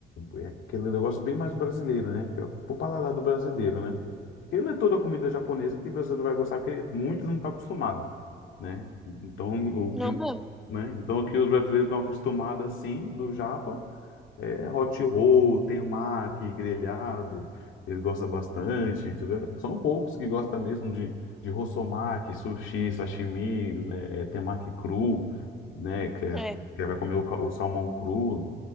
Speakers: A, on the left; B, in the centre.
A: é, é aquele negócio bem mais brasileiro, né? Que é pro paladar do brasileiro, né? Porque não é toda comida japonesa que o brasileiro vai gostar, porque muitos não estão acostumados, né? Então o
B: Não
A: que, o-
B: mesmo?
A: né? Então o que os brasileiros estão acostumados assim, do japa. É hot roll, temaki, grelhado, eles gostam bastante, entendeu? São poucos que gostam mesmo de, de rossomaki, sushi, sashimi, né, é, temaki cru, né, que, é-
B: É.
A: que é, vai comer o, ca- o salmão cru,